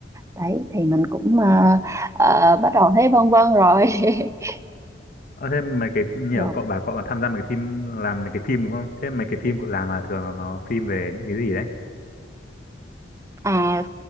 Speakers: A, on the right; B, on the left.
A: đấy thì mình cũng ờ, ờ, bắt đầu thấy vân vân rồi <laughs>
B: ờ, thế mấy cái ph- nhờ
A: Nhưng mà-
B: cậu bà cậu là tham gia mấy cái phim làm mấy cái phim đúng không thế mấy cái phim cậu làm là thường là nó phim về những cái gì đấy
A: à